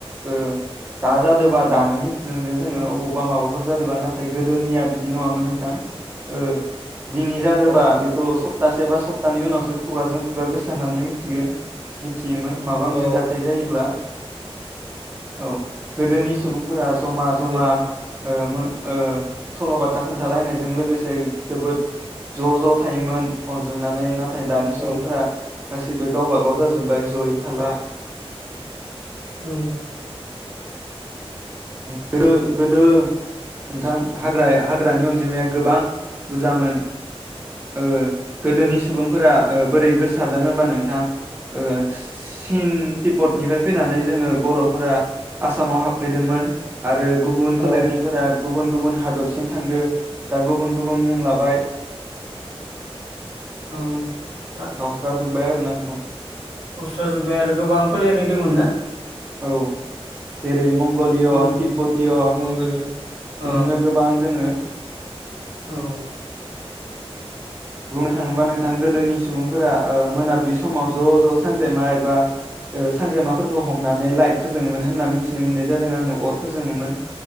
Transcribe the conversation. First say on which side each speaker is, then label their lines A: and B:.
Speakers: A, on the right; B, on the right.
A: ओ दाजादोबा दानो मिथिनो मोनगोन जोंङो अबावबा माबाफोर जादोबा नाथाय गोदोनिया बि दि नङामोन नोंथां ओ दिनै जादोबा
B: औ
A: बेखौ सब तासे बा सपतानि उनावसो खुगाजों खुगा गोसारनानै मिथिगोन मिथियोमोन माबा मोनसे
B: औ
A: जा ब्ला औ गोदोनि सुबुंफोरा जमा
B: बिदि
A: जमा
B: जायोमोन
A: ओ मो ओ सल'बाथा खोन्थालायनायजों लोगोसे जोबोद ज' ज' थायोमोन अनज्लायनानै नाथ थाय दानि सुबुंफोरा
B: औ
A: गासैबो गावबागाव जाजोब्बाय जयै थाला
B: औ
A: उम उम ओ गोदो नोंथां हाग्रा हाग्रानि अनजिमाया गोबां बुजामोन ओ गोदोनि
B: औ
A: सुबुंफोरा ओ बोरै गोसारदों होमबा नोंथां ओ सिन तिबब्तनिफ्राय फैनानै जोङो बर'फोरा आसामाव हाबफैदोंमोन आरो गुबुन
B: औ
A: फोलेरनिफोरा गुबुन गुबुन हादरसिम थांदो दा गुबुन गुबुन मुंलाब बाय
B: औ आ
A: गावस्रा जुबबाय आरो ना नोंथां
B: गावस्रा जोब्बाय आरो गोबां फोलेरनि दोंमोन
A: औ
B: ना
A: औ जेरै मंग गलिय'
B: उम
A: तिब्बतिय
B: मंगलिया
A: बिदिनो
B: अ
A: गोबां दोङो
B: औ
A: बुंनो थाङोबा नोंथां गोदोनि सुबुंफोरा ओ मोनाबिलि समाव ज' ज' सांग्रेमा एबा ओ सांग्रमाफोरखौ हमनानै लाइट फोजोङोमोन होनना मिथिनो मोननाय जादों आङो अर फोजोङोमोन।